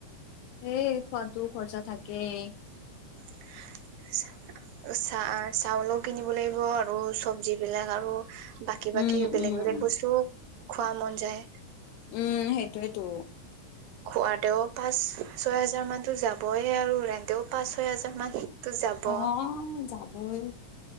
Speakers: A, on the left; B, on the right.
A: হেই খোৱাতো খৰচা থাকেই।
B: <unintelligible> চা চাউলও কিনিব লাগিব আৰু চবজি বিলাক আৰু বাকী
A: উম,
B: বাকী বেলেগ
A: উম,
B: বেলেগ বস্তুও খোৱা মন যায়।
A: উম সেইটোৱেই তো।
B: খোৱা তেও পাঁচ ছয় হাজাৰ মানতো যাবয়ে আৰু ৰা এতিও পাঁচ ছয় হাজাৰ মানটো যাব
A: অ', যাবই।